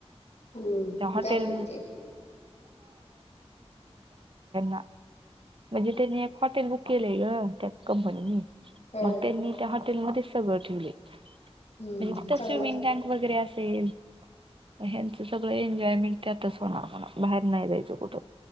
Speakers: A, on the left; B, on the right.
A: हम्म
B: हॉटेल
A: जातील की.
B: <unintelligible> <inaudible> म्हणजे त्यांनी एक हॉटेल बुक केलय ग. त्या कंपनीने.
A: हा
B: मग त्यांनी त्या हॉटेलमध्ये सगळ ठेवलय.
A: हम्म
B: म्हणजे तिथ
A: चांगला
B: स्विमिंग टँक वगैरे असेल. ह्यांच सगळ एन्जॉयमेंट त्यातच होणार. बाहेर नाही जायच कुठ.